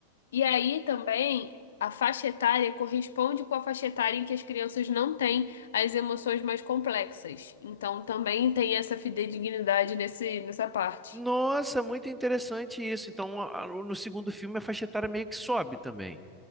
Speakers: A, on the left; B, in the centre.
A: E aí também a faixa etária corresponde com a faixa etária em que as crianças não têm as emoções mais complexas. Então também tem essa fidedignidade nesse, nessa parte.
B: Nossa, muito interessante isso. Então, a- a- no segundo filme, a faixa etária meio que sobe também.